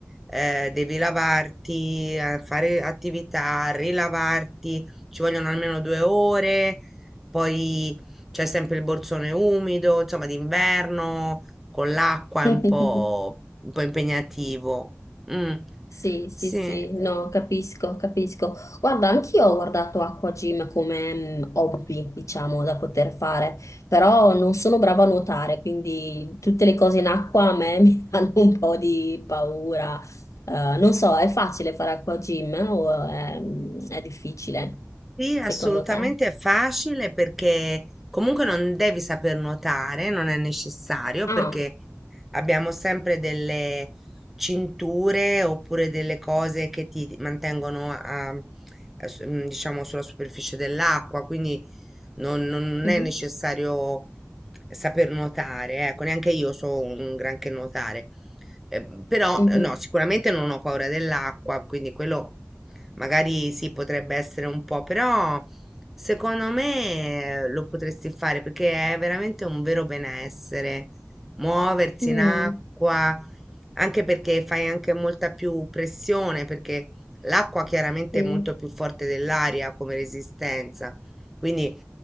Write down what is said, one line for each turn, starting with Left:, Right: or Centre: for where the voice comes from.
Centre: eh, devi lavarti, eh, fare attività, rilavarti, ci vogliono almeno due ore, poi c'è sempre il borsone umido, insomma, d'inverno con l'acqua è
Left: <laughs>
Centre: un po', un po' impegnativo. Mm,
Left: Sì, sì,
Centre: sì,
Left: sì, no, capisco, capisco. Guarda, anch'io ho guardato acquagym come mm, hobby, diciamo, da poter fare, però non sono brava a nuotare, quindi tutte le cose in acqua a me <laughs> mi danno un po' di paura. Eh, non so, è facile fare acquagym eh, o è, mhmm, è difficile,
Centre: Sì, assolutamente
Left: secondo te?
Centre: è facile perché comunque non devi saper nuotare, non è necessario
Left: Ah,
Centre: perché abbiamo sempre delle cinture oppure delle cose che ti mantengono a- a s- mm, diciamo sulla superficie dell'acqua, quindi non, non
Left: mhm,
Centre: è necessario saper nuotare, ecco, neanche io so un granché nuotare. Eh, però
Left: mhm.
Centre: eh, no, sicuramente non ho paura dell'acqua, quindi quello magari sì, potrebbe essere un po', però secondo me eh, lo potresti fare perché è veramente un vero benessere muoversi
Left: Mm,
Centre: in acqua, anche perché fai anche molta più pressione, perché l'acqua chiaramente
Left: sì,
Centre: è molto più forte dell'aria come resistenza. Quindi,